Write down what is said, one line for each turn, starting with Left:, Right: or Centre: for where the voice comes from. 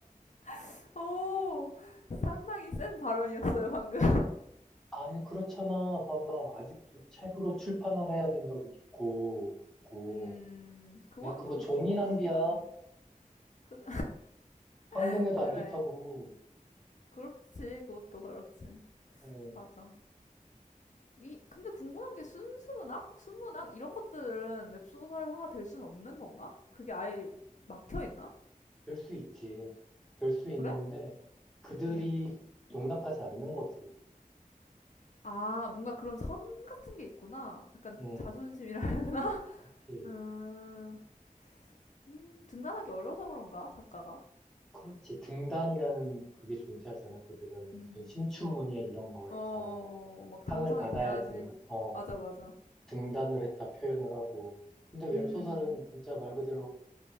Left: <laughs> 오, 상당히 센 발언이었어요, 방금.
Centre: 아니, 그렇잖아. 봐봐. 아직도 책으로 출판을 해야 된다고 믿고, 있고.
Left: 음, 그거는
Centre: 야, 그거
Left: 좀
Centre: 종이
Left: 구,
Centre: 낭비야.
Left: 음, 그,
Centre: 환경에도
Left: <laughs> 그래.
Centre: 안 좋다고.
Left: 그렇지, 그것도 그렇지.
Centre: 어,
Left: 맞아. 이 근데 궁금한 게 순수문학, 순문학 이런 것들은 웹소설화가 될 수는 없는 건가? 그게 아예 막혀 있나?
Centre: 될 수 있지. 될 수 있는데,
Left: 그래?
Centre: 그들이
Left: 음.
Centre: 용납하지 않는 거지.
Left: 아, 뭔가 그런 선 같은 게 있구나. 약간
Centre: 응,
Left: 자존심이라 해야 되나? <laughs>
Centre: 그치.
Left: 음, 음, 등단하기 어려서 그런가? 작가가?
Centre: 그렇지. 등단이라는 그게 존재하잖아. 그들은
Left: 음.
Centre: 무슨 신춘문예 이런 거에서
Left: 어, 막 당선이
Centre: 상을 받아야지만,
Left: 돼야지.
Centre: 어,
Left: 맞아, 맞아.
Centre: 등단을 했다 표현을 하고. 근데 웹소설은
Left: 음,
Centre: 진짜 말 그대로